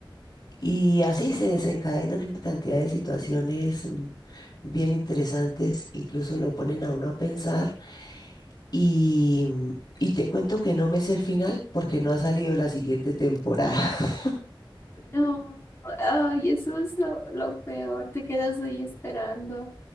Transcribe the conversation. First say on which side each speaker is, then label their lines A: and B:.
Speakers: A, on the left; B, on the left.
A: Y así se desencadenan una cantidad de situaciones mm, bien interesantes, incluso lo ponen a uno a pensar. Y, y te cuento que no me sé el final porque no ha salido la siguiente temporada. <laughs>
B: No, ay, eso es lo, lo peor, te quedas ahí esperando.